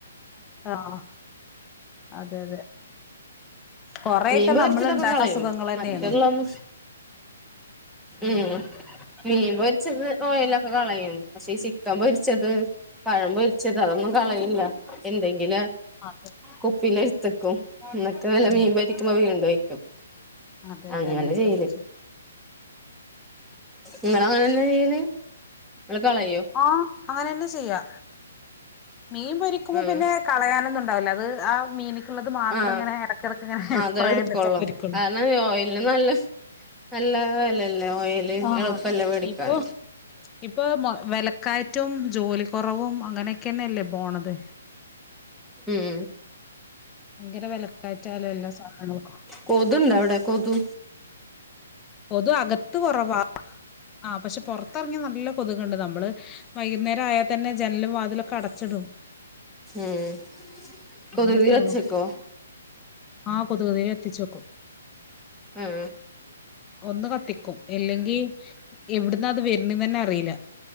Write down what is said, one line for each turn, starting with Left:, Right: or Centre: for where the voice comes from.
Left: ആഹ് അതെ അതെ. കൊറെയൊക്കെ
Centre: മീൻ പൊരിച്ചതൊക്കെ
Left: നമ്മള് ഇണ്ടാക്കുന്ന
Centre: കളയും
Left: അസുഖങ്ങൾ തന്നെയാണ്.
Centre: മറ്റുള്ളൊന്നും ഉം
Left: എമ്മാണ്ട്
Centre: മീൻ പൊരിച്ചത് ഓയിലൊക്കെ കളയും പക്ഷേ ചിക്കൻ പൊരിച്ചത്. പഴംമ്പൊരിച്ചത് അതൊന്നും കളയില്ല എന്തെങ്കിലും
Left: അതെ
Centre: കുപ്പില് എടുത്തക്കും ട്ട് വല്ല
Left: ഉം
Centre: മീൻ പൊരിക്കുമ്പോ വീണ്ടും ഒയ്ക്കും
Left: അതെ അതെ
Centre: അങ്ങനെ ചെയ്യല്
Left: തന്നെ ചെയ്യ
Centre: ങ്ങളും അങ്ങനെന്നാ ചെയ്യല് ങ്ങ കളയോ.
Left: ആഹ് അങ്ങനന്നെ ചെയ്യാ മീൻ പൊരിക്കുമ്പോ
Centre: ഉം
Left: പിന്നെ കളയാനൊന്നും ഉണ്ടാവില്ല അത് ആഹ് മീന ക്കുള്ളത് മാത്രം
Centre: ആഹ്
Left: ഇങ്ങനെ എടക്കെടക്ക് ഇങ്ങനെ
Centre: അതെ
Left: സ്പ്രേ
Centre: എടുക്കുള്ളൂ
Left: ചെയ്തിട്ട് പൊരികൊള്ളൂ
Centre: കാരണം ഓയിലിന് നല്ല നല്ല വെലല്ലേ ഓയില്
Left: ആഹ്
Centre: എളുപ്പല്ല
Left: അതെ
Centre: വേടിക്കാൻ
Left: ഇപ്പൊ ഇപ്പൊ വെലക്കയറ്റും ജോലി കുറവും അങ്ങനെയൊക്കെന്നെല്ലേ പോണത്
Centre: ഉം
Left: ഭയങ്കര വിലക്കയറ്റാലോ എല്ലാ സാധനങ്ങൾക്കും
Centre: കൊതുണ്ട അവടെ കൊതു
Left: കൊതു അകത്ത് കൊറവാ ആഹ് പക്ഷെ പുറത്തിറങ്ങിയ നല്ല കൊതക്ണ്ട് നമ്മള് വൈകുന്നേരം ആയാ തന്നെ ജനലും വാതിലൊക്കെ അടച്ചിടും
Centre: ഉം
Left: അങ്ങനെ
Centre: കൊതുക്
Left: പോണം
Centre: കടിച്ചേക്കോ
Left: ക്ക ആഹ് കൊതുകുതിരി ക കത്തിച്ചോക്കും
Centre: ആഹ്
Left: ഒന്ന് കത്തിക്കും അല്ലെങ്കി എവിടന്ന അത് വരുന്നന്ന് തന്നെ അറിയില്ല